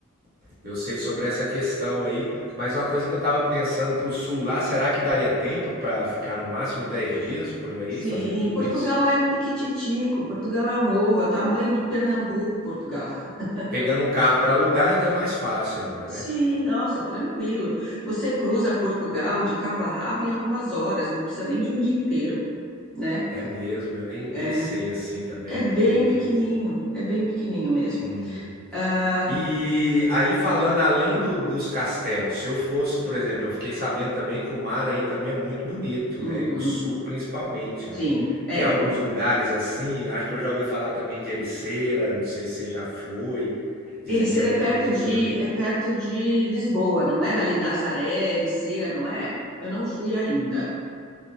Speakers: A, on the right; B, in the centre.
A: Eu sei sobre essa questão aí, mas é uma coisa que eu estava pensando para o sul lá, será que daria tempo para ficar no máximo 10 dias por aí,
B: Sim,
A: fazer tudo
B: Portugal
A: isso?
B: é piquititico, Portugal é um ovo, é o tamanho de Pernambuco, Portugal. <laughs>
A: Pegando um carro para alugar é ainda mais fácil ainda,
B: Sim,
A: né?
B: nossa, tranquilo. Você cruza Portugal de cabo a rabo em algumas horas, não precisa nem de um dia inteiro, né?
A: É mesmo, eu nem
B: É,
A: pensei assim também,
B: é
A: né?
B: bem
A: Porque,
B: pequenininho,
A: gente,
B: é bem pequenininho mesmo.
A: hum,
B: Ah,
A: E aí, falando além do- dos castelos, se eu fosse, por exemplo, eu fiquei sabendo também que o mar aí também é muito bonito,
B: uhum,
A: né? No sul, principalmente, né?
B: sim, é.
A: Tem alguns
B: o-
A: lugares assim, acho que eu já ouvi falar também de Ericeira, não sei se você já foi, dizem
B: Ericeira
A: que é muito
B: é perto
A: bonita
B: de,
A: também.
B: é perto de Lisboa, não é? Ali Nazaré, Ericeira, não é? Eu não fui ainda,